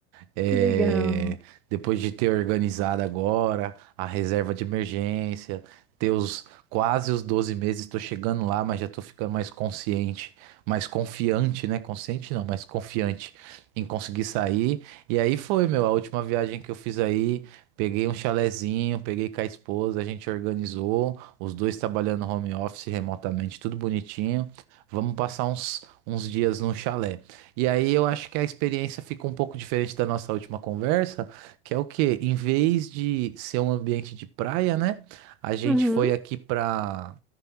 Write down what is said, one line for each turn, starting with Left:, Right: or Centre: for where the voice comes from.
Right: É,
Centre: Que legal.
Right: depois de ter organizado agora a reserva de emergência, ter os quase os 12 meses, tô chegando lá, mas já tô ficando mais consciente, mais confiante, né? Consciente não, mas confiante em conseguir sair. E aí foi, meu, a última viagem que eu fiz aí, peguei um chalezinho, peguei com a esposa, a gente organizou. Os dois trabalhando home office remotamente, tudo bonitinho. Vamos passar uns, uns dias num chalé. E aí eu acho que a experiência fica um pouco diferente da nossa última conversa, que é o quê? Em vez de ser um ambiente de praia, né? A gente
Centre: Uhum,
Right: foi aqui para